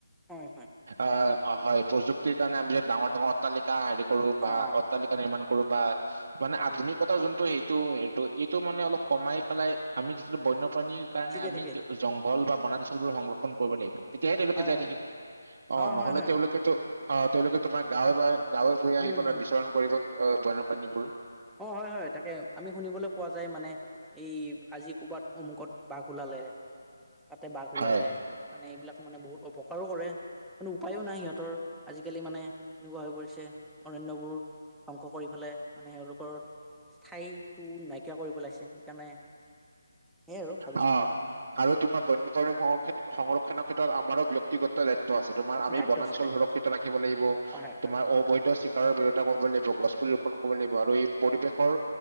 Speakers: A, in the centre; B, on the right.
A: হয় হয়
B: অ অ হয় প্ৰযুক্তিৰ কাৰণে আমি যে ডাঙৰ ডাঙৰ অট্টালিকা হেৰি কৰো বা
A: অ
B: অট্টালিকা নিৰ্মাণ কৰো বা মানে
A: অ
B: আধুনিকতা যোনটো সেই টো এইটো এইটো মানে অলপ কমাই পেলাই আমি যি বন্য প্ৰানীৰ কাৰণে
A: ঠিকে
B: আমি
A: ঠিকে
B: জংঘল বা বনাঞ্চলবোৰ সংৰক্ষণ কৰিব লাগিব তেতিয়াহে তেওঁলোকে
A: হয়
B: জীয়াই
A: হয়
B: থাকিব, অ নহলে
A: হয় হয়
B: তেওঁলোকেতো অ তেওঁলোকে তোমাৰ গাঁওয়ে গাঁওয়ে গাঁওয়ে ভূঁয়ে আহি
A: উম
B: পিনে
A: হম
B: বিচৰণ কৰে যে অ বণ্য প্ৰানীবোৰ
A: অ হয় হয় তাকে আমি শুনিবলৈ পোৱা যায় মানে এই আজি কৰ'বাত অমুকত বাঘ ওলালে তাতে বাঘ ওলালে
B: হয়
A: মানে এইবিলাক মানে বহুত অপকাৰো কৰে কোনো উপায়ো নাই সিহঁতৰ আজি কালি মানে এনেকুৱা হৈ পৰিছে। অৰণ্যবোৰ ধ্বংস কৰি পেলাই মানে আৰু সলোক তৰ স্থায়ীটো নাইকিয়া কৰি পেলাইছে সেইকাৰণে সেয়াই আৰু ভাবিছো
B: অ
A: মই
B: আৰু তোমাৰ বন্যপ্ৰাণীৰ সংৰ সংৰক্ষণৰ ক্ষ্ণেএ আমাৰো ব্যক্তিগত্ব য়িত্ব আছে তোমাৰ আমি
A: দায়িত্ব
B: বনাঞ্চল
A: আছে দায়িত্ব
B: সুৰক্ষিত
A: আছে
B: ৰাখিব লাগিব
A: হয় হয়
B: তোমাৰ অবৈধ চিকাৰৰ বিৰতা কৰিব লাগিব গছ পুলি ৰুপন কৰিব লাগিব কৰিব লাগিব আৰু এই পৰিৱেশৰ